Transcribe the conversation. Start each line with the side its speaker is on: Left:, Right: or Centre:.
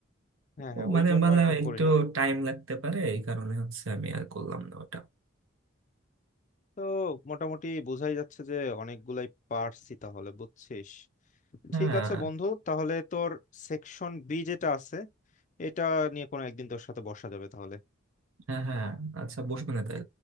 Left: হ্যাঁ হ্যাঁ
Right: ও
Left: ওই
Right: মানে
Left: জন্য
Right: মানে
Left: আর কি
Right: একটু
Left: করি নাই
Right: টাইম লাগতে পারে এই কারণে হচ্ছে আমি আর করলাম না ওটা
Left: তো মোটামুটি বোঝাই যাচ্ছে যে অনেকগুলাই পারছি তাহলে বুঝছিস
Right: হ্যাঁ
Left: ঠিক আছে বন্ধু তাহলে তোর সেকশন বি যেটা আছে এটা নিয়ে কোনো একদিন তোর সাথে বসা যাবে তাহলে
Right: হ্যাঁ হ্যাঁ আচ্ছা বসবে না তাই